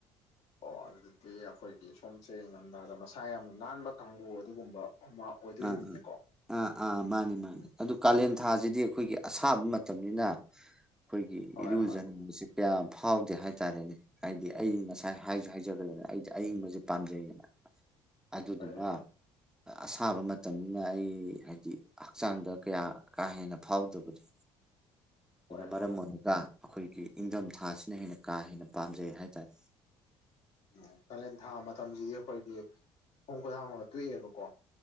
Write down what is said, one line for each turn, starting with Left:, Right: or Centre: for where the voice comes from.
Left: ꯑꯣ ꯑꯗꯨꯗꯤ ꯑꯩꯈꯣꯏꯒꯤ ꯁꯣꯝꯁꯦ ꯉꯝꯅꯔꯕꯗ ꯃꯁꯥ ꯌꯥꯝꯅ ꯅꯥꯟꯕ ꯀꯥꯡꯕꯨ ꯑꯗꯨꯒꯨꯝꯕ ꯑꯃ ꯑꯣꯏꯗꯣꯏꯅꯤꯅꯦꯀꯣ
Centre: ꯑ ꯑ ꯑꯥ ꯃꯥꯅꯤ ꯃꯥꯅꯤ
Left: ꯎꯝ
Centre: ꯑꯗꯨ ꯀꯂꯦꯟ ꯄꯟꯊꯥꯁꯤꯗꯤ ꯑꯩꯈꯣꯏꯒꯤ ꯑꯁꯥꯕ ꯃꯇꯝꯅꯤꯅ ꯑꯩꯈꯣꯏꯒꯤ
Left: ꯍꯣꯏ
Centre: ꯏꯔꯨꯖꯅꯤꯡꯕꯁꯤ
Left: ꯍꯣꯏ
Centre: ꯌꯥꯝ ꯐꯥꯎꯗꯦ ꯍꯥꯏꯇꯥꯔꯦꯅꯦ ꯍꯥꯏꯗꯤ ꯑꯩ ꯉꯁꯥꯏ ꯍꯥꯏꯁꯨ ꯍꯥꯏꯖꯈ꯭ꯔꯦꯅꯦ ꯑꯩꯗꯤ ꯑꯏꯤꯡꯕꯁꯦ ꯄꯥꯝꯖꯩꯌꯦꯅ
Left: <inaudible>
Centre: ꯑꯗꯨꯗꯨꯅ
Left: ꯍꯣꯏ
Centre: ꯊꯥꯕ ꯃꯇꯝꯅꯤꯅ ꯑꯩ ꯍꯥꯏꯗꯤ ꯍꯛꯆꯥꯡꯗ ꯀꯌꯥ ꯀꯥ ꯍꯦꯟꯅ ꯐꯥꯎꯗꯕꯗꯣ
Left: ꯍꯣꯏ
Centre: ꯃꯔꯦ
Left: ꯍꯣꯏ
Centre: ꯃꯣꯅꯤꯀꯥ ꯑꯩꯈꯣꯏꯒꯤ ꯏꯪꯊꯝꯊꯥꯁꯤꯅ ꯍꯦꯟꯅ ꯀꯥ ꯍꯦꯟꯅ ꯄꯥꯝꯖꯩ ꯍꯥꯏꯇꯥꯔꯦ
Left: ꯎꯝ ꯀꯥꯔꯦꯟ ꯊꯥ ꯃꯇꯝꯁꯤꯗꯤ ꯑꯩꯈꯣꯏꯒꯤ ꯄꯣꯡ ꯈꯨ ꯊꯝꯃꯒ ꯇꯣꯛꯑꯦꯕꯀꯣ